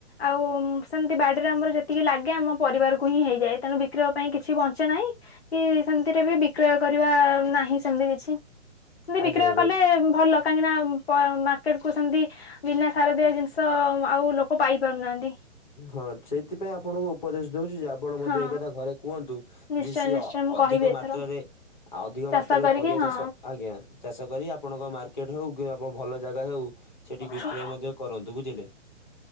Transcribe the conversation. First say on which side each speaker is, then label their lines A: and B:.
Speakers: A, on the left; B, on the left.
A: ଆଉ ସେମିତି ବାଡିରେ ଆମର ଯେତିକି ଲାଗେ ଆମ ପରିବାରକୁ ହିଁ ହେଇଯାଏ ତେଣୁ ବିକ୍ରୟ ପାଇଁ କିଛି ବଞ୍ଚେ ନାହିଁ କି ସେମିତିରେ ବି ବିକ୍ରୟ କରିବା ନାହିଁ ସେମିତି କିଛି। ସେମତି
B: ଆଜ୍ଞା
A: ବିକ୍ରୟ
B: ଆଜ୍ଞା
A: କଲେ ଭଲ କାହିଁକି ନା ପ-ମା କୁ ସେମିତି ବିନା ସାର ଦିଆ ଜିନିଷ ଆଉ ଲୋକ ପାଇ ପାରୁନାହାନ୍ତି।
B: ହଁ ସେଇଥିପାଇଁ ଆପଣଙ୍କୁ ଉପଦେଶ ଦଉଚି ଯେ ଆପ୍ ଆପଣ ମଧ୍ୟ
A: ହଁ।
B: ଏକଥା ଘରେ କୁହନ୍ତୁ
A: ନିଶ୍ଚୟ
B: ଯେ ସିଏ
A: ନିଶ୍ଚୟ ମୁଁ
B: ଅଧିକ
A: କହିବି ଏଥର
B: ମାତ୍ରାରେ ଆଉ ଅଧିକ
A: ଚାଷ
B: ମାତ୍ରାରେ
A: କରିକି
B: ପରିବା
A: ହଁ
B: ଚାଷ ଆଜ୍ଞା ଚାଷ କରି ଆପଣଙ୍କ ମାର୍କ ଟେ ହଉ କିବା ଆପଣ ଭଲ ଜାଗା ହଉ ସେଠି ବିକ୍ରୟ
A: ହଁ।
B: ମଧ୍ୟ କରନ୍ତୁ ବୁଝିଲେ?